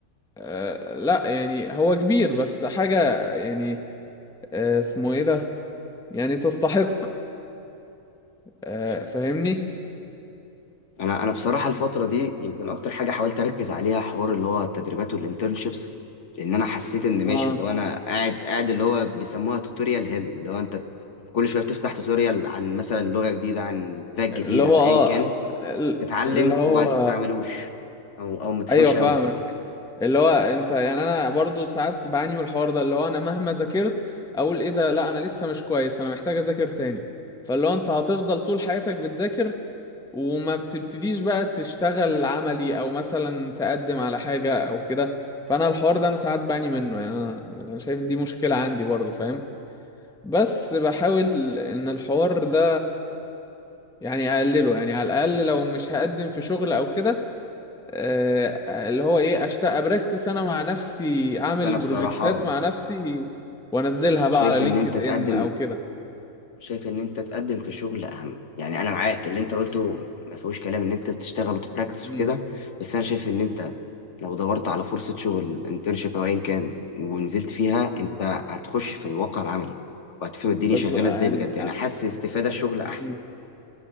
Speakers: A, in the centre; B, on the left.
A: آه، لا يعني هو كبير بس حاجة يعني آه، اسمه ايه ده يعني تستحق آه،
B: مش عارف
A: فاهمني
B: انا انا بصراحه الفتره دي يمكن اكتر حاجه حاولت اركز عليها حوار اللي هو التدريبات والانترنشيبس لان انا حسيت ان
A: اه
B: ماشي اللي هو انا قاعد قاعد اللي هو بيسموها توتوريال هيل اللي هو انت كل شويه بتفتح توتوريال عن مثلا لغه جديده عن تراك جديد
A: اللي هو
B: عن
A: اه
B: ايا كان تتعلم
A: اللي هو
B: وبعد تستعملوش او او ما تفهمش
A: ايوه فاهمك
B: قوي
A: اللي هو انت يعني انا برضو ساعات بعاني من الحوار ده اللي هو انا مهما ذاكرت اقول ايه ده لا انا لسه مش كويس انا محتاج اذاكر تاني فاللي هو انت هتفضل طول حياتك بتذاكر وما بتبتديش بقى تشتغل عملي او مثلا تقدم على حاجة او كده فانا الحوار ده انا ساعات بعاني منه يعني انا انا شايف إن دي مشكلة عندي برضو فاهم بس بحاول ان الحوار ده يعني اقلله يعني على الاقل لو مش هقدم في شغل او كده آه، اللي هو ايه اشتاق ابراكتس انا مع نفسي اعمل
B: بس انا
A: بروجكتات
B: بصراحه
A: مع نفسي وانزلها بقى
B: شايف
A: على لينكد
B: ان انت تقدم
A: ان او كده
B: شايف ان انت تقدم في الشغل اهم يعني انا معاك اللي انت قلته ما فيهوش كلام ان انت تشتغل وتبراكتس
A: مم.
B: وكده بس انا شايف ان انت لو دورت على فرصه شغل انترنشيب او ايا كان ونزلت فيها انت هتخش في الواقع العملي وهتفهم الدنيا
A: بس
B: شغاله
A: يعني
B: ازاي بجد يعني
A: آه،
B: حاسس استفاده الشغل احسن
A: مم.